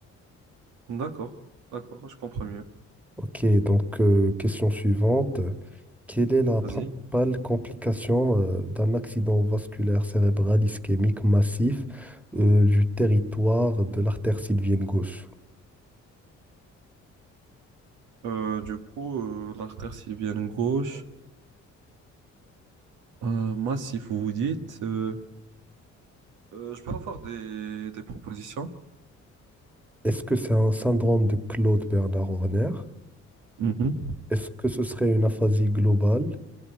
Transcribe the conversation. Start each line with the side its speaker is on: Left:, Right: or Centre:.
Right: D'accord, d'accord, je comprends mieux.
Centre: Ok, donc euh, question suivante. Quelle est la
Right: Vas-y.
Centre: principale complication euh, d'un accident vasculaire cérébral ischémique massif euh, du territoire de l'artère sylvienne gauche?
Right: Euh, du coup, euh, l'artère sylvienne gauche, euh, massif, vous vous dites. euh, euh, je peux avoir des, des propositions?
Centre: Est-ce que c'est un syndrome de Claude Bernard Horner?
Right: Mhm.
Centre: Est-ce que ce serait une aphasie globale